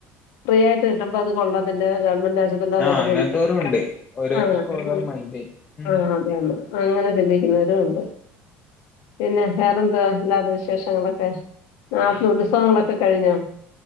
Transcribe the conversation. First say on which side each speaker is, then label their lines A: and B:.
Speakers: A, on the left (about 75°); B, on the left (about 25°).
A: ഫ്രീ ആയിട്ട് കിട്ടുമ്പോ അത് കൊള്ളാ തില്ല ഗവൺമെന്റ് ശത്തുള്ള
B: ആ
A: മരം
B: അങ്ങനത്തോരും
A: തന്ന <unintelligible>
B: ഉണ്ട് ഓരോരുത്തർക്കും
A: ആ <unintelligible>
B: ഓരോരോ മൈൻഡായി ഉം
A: ആ അതെഅതെ ചിന്തിക്കുന്നവരൂണ്ട് പിന്നെ വേറെന്താ ഇല്ലാത വിശേഷങ്ങളൊക്കെ നാപ്പ ഉത്സവങ്ങളൊക്കെ കഴിഞ്ഞോ